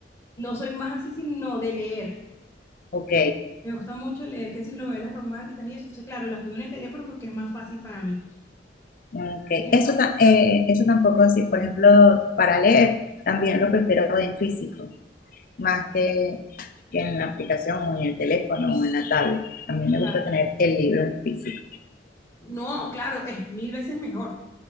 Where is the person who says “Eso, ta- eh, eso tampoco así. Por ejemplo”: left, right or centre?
Left